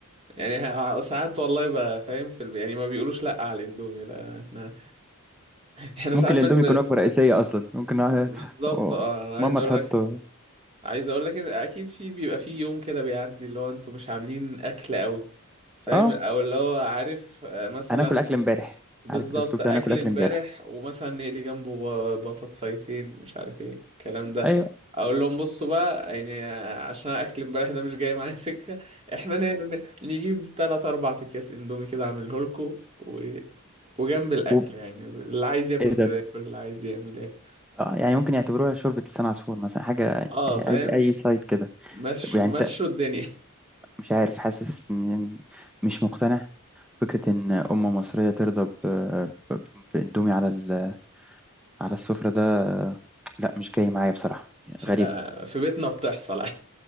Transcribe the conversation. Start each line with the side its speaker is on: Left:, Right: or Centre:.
Right: يعني ساعات والله بقى فاهم في البيت يعني ما بيقولوش لأ على الإندومي لأ إحنا إحنا
Centre: ممكن
Right: ساعات بن
Centre: الاندومي
Right: بن-
Centre: يكون وجبة رئيسية أصلا ممكن
Right: بالظبط
Centre: آه، آه،
Right: اه انا عايز
Centre: ماما
Right: اقول
Centre: تحطه
Right: لك عايز اقول لك إن اكيد في بيبقى في يوم كده بيعدي اللي هو انتوا مش عاملين اكل قوي فاهم
Centre: آه
Right: او اللي هو عارف آه، مثلا
Centre: هناكل أكل امبارح
Right: بالظبط
Centre: عارف الأسلوب
Right: اكل
Centre: ده هناكل أكل
Right: امبارح
Centre: امبارح
Right: ومثلا نقلي جنبه ب- بطاطسيتين مش عارف ايه الكلام ده
Centre: أيوه
Right: اقول لهم بصوا بقى يعني آه، عشان اكل امبارح ده مش جاي معايا <laughs> سكه احنا نعمل نجيب تلات اربع اكياس اندومي كده اعمله لكم و... وجنب الاكل
Centre: و-
Right: يعني اللي عايز ياكل
Centre: إيه
Right: كده
Centre: ده
Right: ياكل اللي عايز يعمل ياكل
Centre: آه يعني ممكن يعتبروها شوربة لسان عصفور مثلا حاجة
Right: اه
Centre: آه،
Right: فاهم
Centre: أي أي سايد كده
Right: مشوا
Centre: طب يعني
Right: مشوا
Centre: أنت
Right: الدنيا
Centre: مش عارف حاسس إن- مش مقتنع فكرة إن أم مصرية ترضى ب- ب- بإندومي على ال- على السفرة ده لا مش جاي معايا بصراحة يعني غريبة
Right: آه، في بيتنا بتحصل <laughs> عادي